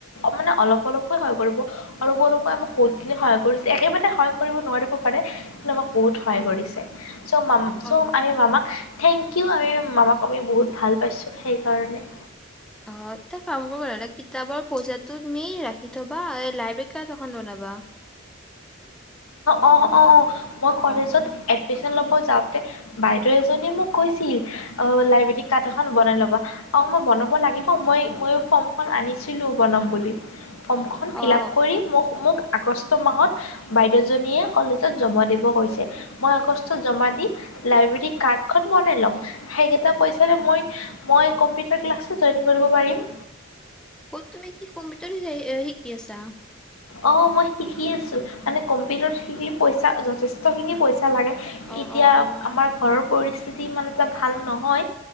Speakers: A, on the left; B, in the centre.
A: মানে অলপ অলপ কৈ সহায় কৰিব, অলপ অলপকৈ আমাক বহুত খিনি সহায় কৰিছে একেবাৰে সহায় কৰিব নোৱাৰিব পাৰে। কিন্তু আমাক বহুত সহায় কৰিছে। চ' ম
B: অ'।
A: চ' আমি মামাক থেংক ইউ আমি মামাক আমি বহুত ভাল পাইছোঁ, সেই কাৰণে।
B: অ', এটা কাম কৰিব নহ'লে কিতাপৰ পইচাটো তুমি ৰাখি থ'বা, এই লাইব্ৰেৰী কাৰ্ড এখন বনাবা।
A: অ', অ', মই
B: অ'।
A: কলেজত এডমিশন ল'ব যাওঁতে। বাইদেউ এজনীয়ে মোক কৈছিল অ', লাইব্ৰেৰী কাৰা্ড এখন বনাই ল'বা। অ', মই বনাব লাগিব মই মইও ফৰ্মখন আনিছিলো বনাম বুলি। ফৰ্মখন
B: অ',
A: ফিল আপ কৰি মোক মোক আগষ্ট মাহত বাইদেউজনীয়ে কলেজত জমা দিব কৈছে। মই আগষ্টত জমা দি, লাইব্ৰেৰী কাৰ্ড খন বনাই ল'ম। সেইকেইটা পইচাৰে মই মই কম্পিউটাৰ ক্লাছটো জইন কৰিব পাৰিম।
B: অ', তুমি কি কম্পিউটাৰ শিকি আছা?
A: অ', মই শিকি আছো মানে কম্পিউটাৰত শিকি পইচা যথেষ্টখিনি পইচা লাগে।
B: অ',
A: এতিয়া
B: অ', অ'।
A: আমাৰ ঘৰৰ পৰিস্থিতি ইমান এটা ভাল নহয়।